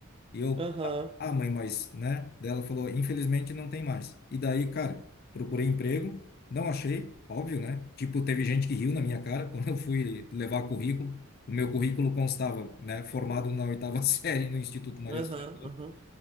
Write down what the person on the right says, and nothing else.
Aham.
Aham,
aham.